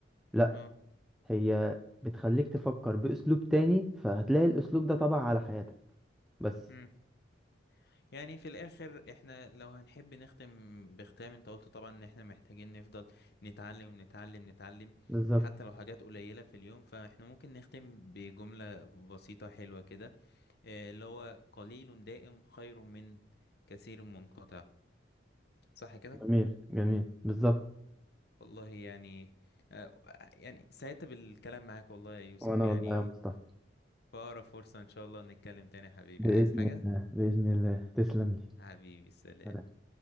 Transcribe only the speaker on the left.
اه
امم يعني في الاخر احنا لو هنحب نختم بختام انت قلت طبعا ان احنا محتاجين نفضل نتعلم نتعلم نتعلم
حتى لو حاجات قليلة في اليوم فاحنا ممكن نختم بجملة بسيطة حلوة كده آه، اللي هو قليل دائم خير من كثير منقطع صح كده
والله يعني آه، يعني سعدت بالكلام معاك والله يا يوسف
يعني
في أقرب فرصة إن شاء الله نتكلم تاني يا حبيبي
عايز حاجة
حبيبي سلام